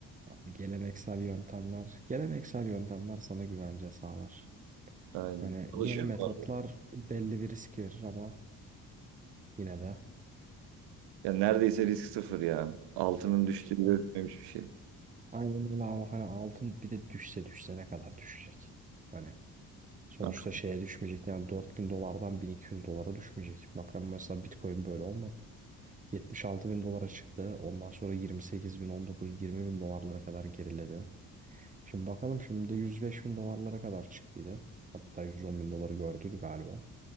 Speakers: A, on the right; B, on the right.
A: Abi geleneksel yöntemler, geleneksel yöntemler sana güvence sağlar.
B: Aynen.
A: Hani
B: Çalışıyor
A: yeni metotlar
B: mu? abi?
A: belli bir risk verir ama yine de
B: Ya neredeyse risk sıfır ya. Altının düştüğü
A: işte
B: görülmemiş bir şey.
A: aynen öyle abi. Hani altın bir de düşse düşse ne kadar düşecek? Hani sonuçta
B: Ah,
A: şeye düşmeyecek yani 4000 dolardan 1200 dolara düşmeyecek. Bakın mesela Bitcoin böyle olmadı. 76 bin dolara çıktı. Ondan sonra 28 bin, 19, 20 bin dolarlara kadar geriledi. Şimdi bakalım şimdi de 105 bin dolarlara kadar çıktıydı. Hatta 110 bin doları gördüydü galiba.